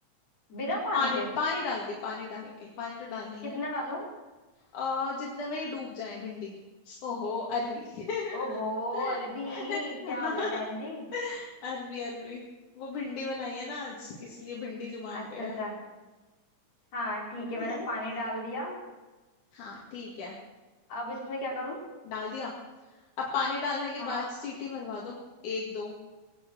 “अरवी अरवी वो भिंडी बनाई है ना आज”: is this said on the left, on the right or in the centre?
Left